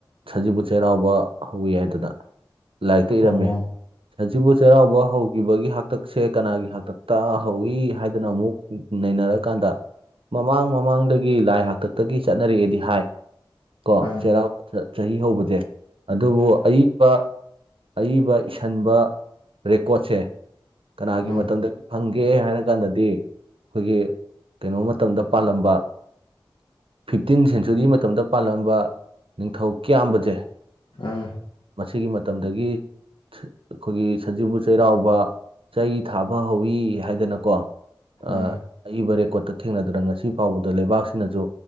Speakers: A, on the right; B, on the left.
A: ꯁꯖꯤꯕꯨ ꯆꯩꯔꯥꯎꯕ ꯍꯧꯋꯤ ꯍꯥꯏꯗꯅ ꯂꯥꯏꯔꯤꯛꯇ
B: ꯑꯣ
A: ꯏꯔꯝꯃꯦ
B: ꯎꯝ
A: ꯁꯖꯤꯕꯨ ꯆꯩꯔꯥꯎꯕ ꯍꯧꯈꯤꯕꯒꯤ ꯍꯥꯛꯇꯛꯁꯦ ꯀꯅꯥꯒꯤ ꯍꯥꯛꯇꯛꯇ ꯍꯧꯋ ꯍꯥꯏꯗꯅ ꯑꯃꯨꯛ ꯅꯩꯅꯔꯀꯥꯟꯗ ꯃꯃꯥꯡ ꯃꯃꯥꯡꯗꯒꯤ ꯂꯥꯏ ꯍꯥꯛꯇꯛꯇꯒꯤ ꯆꯠꯅꯔꯛꯑꯦꯗꯤ ꯍꯥꯏ ꯀꯣ
B: ꯎꯝ
A: ꯆꯩꯔꯥꯎ ꯆꯍꯤ ꯍꯧꯕꯁꯦ ꯑꯗꯨꯕꯨ ꯑꯏꯄ ꯑꯏꯕ ꯏꯁꯟꯕ ꯔꯦꯀꯣꯠꯁꯦ ꯀꯅꯥꯒꯤ
B: ꯎꯝ ꯎꯝ ꯎꯝ
A: ꯃꯇꯝꯗꯒꯤ ꯐꯪꯒꯦ ꯍꯥꯏꯔ ꯀꯥꯟꯗꯗꯤ ꯑꯩꯈꯣꯏꯒꯤ ꯀꯩꯅꯣ ꯃꯇꯝꯗ ꯄꯥꯜꯂꯝꯕ ꯐꯤꯞꯇꯤꯟ ꯁꯦꯟꯆꯨꯔꯤ ꯃꯇꯝꯗ ꯄꯥꯜꯂꯝꯕ ꯅꯤꯡꯊꯧ ꯀꯌꯥꯝꯕꯁꯦ
B: ꯎꯝ
A: ꯃꯁꯤꯒꯤ ꯃꯇꯝꯗꯒꯤ ꯑꯩꯈꯣꯏꯒꯤ ꯁꯟꯖꯤꯕꯨ ꯆꯩꯔꯥꯎꯕ ꯆꯩ ꯊꯥꯕ ꯍꯧꯋ ꯍꯥꯏꯗꯅꯀꯣ
B: ꯎꯝ
A: ꯑ ꯑꯏꯕ ꯔꯦꯀꯣꯔꯠꯇ ꯊꯦꯡꯅꯗꯅ ꯉꯁꯤ ꯐꯥꯎꯕꯗ ꯂꯩꯕꯥꯛꯁꯤꯅꯁꯨ